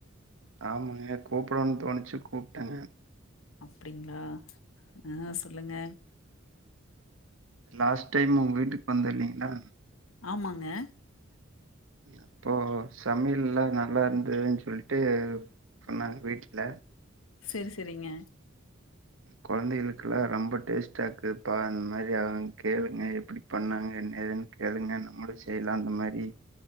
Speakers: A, on the right; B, on the left.
A: ஆமாங்க கூப்புடனுனு தோணிச்சு கூப்ட்டாங்க
B: அப்டிங்களா ஆ சொல்லுங்க
A: லாஸ்ட் டைம் உங்க வீட்டுக்கு வந்தென்லீங்ளா
B: ஆமாங்க
A: அப்போ சமையல்லா நல்லா இருந்ததுன்னு சொல்லிட்டு சொன்னாங்க வீட்டுல
B: செரி செரிங்க
A: குழந்தைகளுக்கெல்லா ரொம்ப டேஸ்டாக்குப்பா அந்த மாரி அவுங்க கேளுங்க எப்டி பண்ணாங்க என்ன ஏதுன்னு கேளுங்க நம்மளு செய்யலா அந்த மாரி